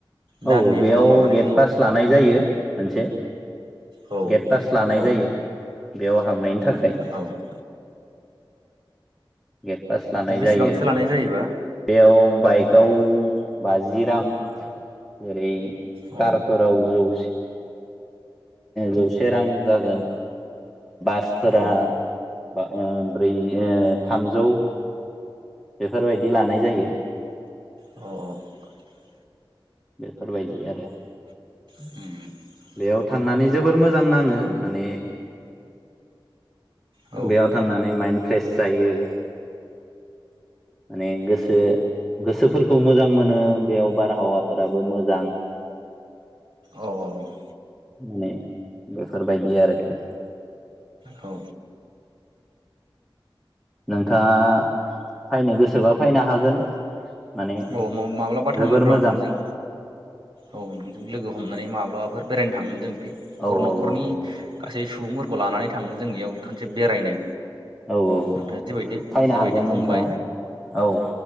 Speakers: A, on the right (about 60°); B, in the centre.
A: दाननि
B: औ बेयाव
A: मुङाव माबानि
B: गेट
A: मुङाव
B: पास लानाय जायो मोनसे
A: औ
B: गेट पास लानाय
A: औ
B: जायो बेयाव हाबनायनि थाख थाखाय
A: औ औ
B: गेट पास लानाय
A: बेसेबांसो
B: जायो
A: लानाय जायोबा
B: बेयाव बाइकआव बाजि रां एरै
A: औ
B: कारफोराव जौ जौसे रां जागोन फोरा
A: औ
B: ओ ब्रै ओ थामजौ बेफोरबायदि लानाय जायो
A: औ
B: बेफोरबायदि आरो
A: उम
B: बेयाव थांनानै जोबोर मोजां नाङो माने
A: औ
B: बेयाव थांनानै माइन्ड फ्रेश जायो माने गोसो गोसोफोरखौ मोजां मोनो बेयाव बारहावाफोराबो मोजां
A: औ औ
B: माने बेफोरबायदि आरोखि
A: औ
B: नोंथाङा फैनो गोसोबा फैनो हागोन माने
A: औ माब्लाबा थांगोन
B: जोबोर
A: र'
B: मोजां
A: नोंजों औ नोंजों लोगो हमनानै माब्लाबाफोर बेरायनो थांगोन जों नखर
B: औ
A: न'खरनि
B: औ
A: गासै सुबुंफोरखौ लानानै थाङोन जोंनियाव खनसे बेरायनो
B: औ औ
A: नोंथाङा जिबायदि
B: फैनो
A: जिबायदि
B: हागोन
A: बुंबाय
B: नोंथाङा औ